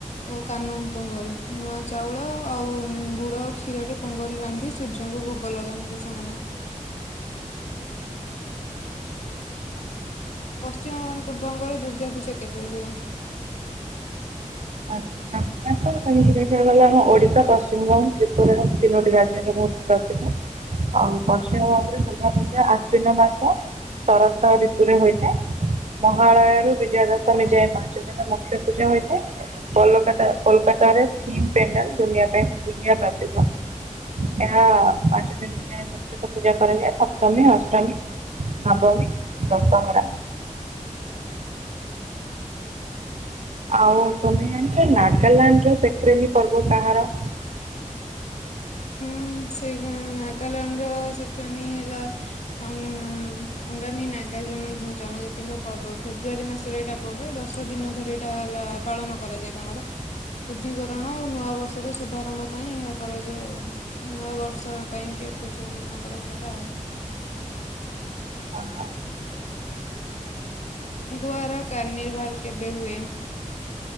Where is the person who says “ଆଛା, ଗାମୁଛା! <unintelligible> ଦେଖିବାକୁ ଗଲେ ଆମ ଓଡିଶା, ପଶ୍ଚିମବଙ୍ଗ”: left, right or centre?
Right